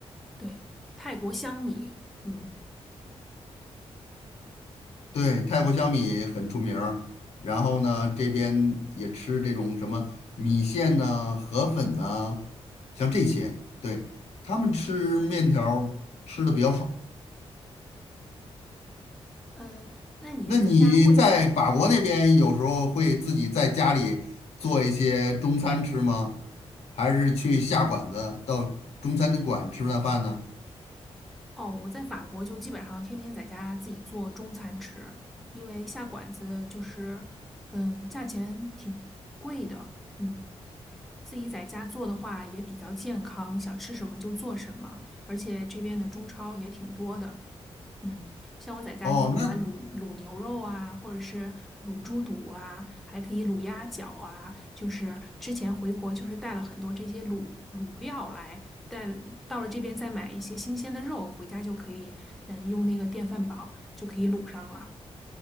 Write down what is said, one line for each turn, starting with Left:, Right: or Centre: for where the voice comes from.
Centre: 对，泰国香米。嗯，
Left: 对，泰国小米很出名儿然后呢，这边也吃这种什么米线呐、河粉呐、像这些。对，他们吃面条儿吃的比较少。
Centre: 嗯，那你在家会？
Left: 那你在法国那边有时候会自己在家里做一些中餐吃吗？还是去下馆子到中餐馆吃那饭呢？
Centre: 哦，我在法国就基本上天天在家自己做中餐吃，因为下馆子就是，嗯，价钱挺贵的。嗯。自己在家做的话也比较健康，想吃什么就做什么，而且这边的中超也挺多的。嗯，像我在家就喜欢卤卤牛肉啊，
Left: 哦，那
Centre: 或者是卤猪肚啊，还可以卤鸭脚啊。就是之前回国就是带了很多这些卤卤料来，但到了这边再买一些新鲜的肉，回家就可以，嗯，用那个电饭煲就可以卤上了。